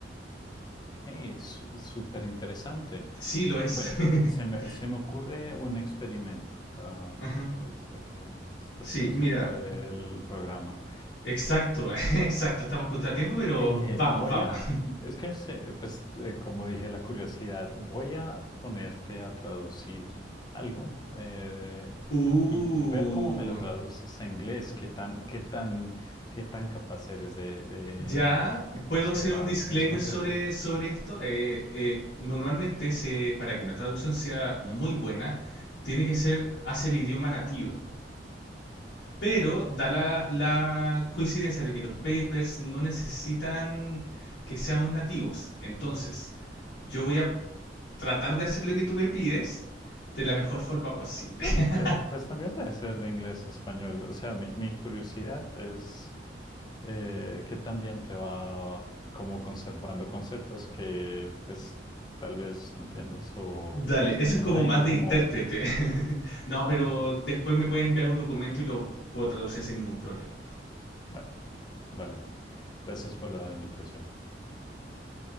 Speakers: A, on the left; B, on the left.
A: Ok, súper interesante.
B: Sí, lo es.
A: Bueno,
B: <laughs>
A: eh, se me, se me ocurre un experimento ah,
B: Ajá.
A: antes de que pues,
B: Sí,
A: se nos
B: mira,
A: acabe el programa.
B: exacto, <laughs> exacto, estamos contratiempo, pero
A: Eh,
B: vamos,
A: voy
B: vamos.
A: a, es que se- pues eh, como dije, la curiosidad, voy a ponerte a traducir algo eh,
B: Uh,
A: y ver cómo me lo traduces a inglés, qué tan, qué tan, qué tan capaz eres de, de-
B: Ya,
A: de conservar
B: ¿puedo hacer un disclaimer
A: mis conceptos.
B: sobre, sobre esto? Eh, eh, normalmente, se, para que una traducción sea muy buena, tiene que ser hace el idioma nativo. Pero da la, la coincidencia de que los papers no necesitan que seamos nativos. Entonces, yo voy a tratar de hacer lo que tú me pides de la mejor forma posible.
A: Bueno,
B: <laughs>
A: de- pues también puede ser de inglés a español, o sea, mi, mi curiosidad es eh, que también te va como conservando conceptos que pues tal vez no entiendes o
B: Dale,
A: pues
B: eso
A: no
B: es como
A: lo digo
B: más de
A: como,
B: intérprete. <laughs> No, pero
A: ajá,
B: después me puedes enviar un documento y lo puedo traducir sin ningún problema.
A: bueno, vale, gracias por la invitación,